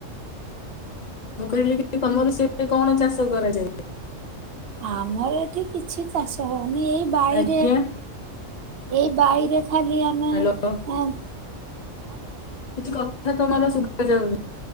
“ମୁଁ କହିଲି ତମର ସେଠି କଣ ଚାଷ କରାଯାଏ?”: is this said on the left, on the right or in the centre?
Left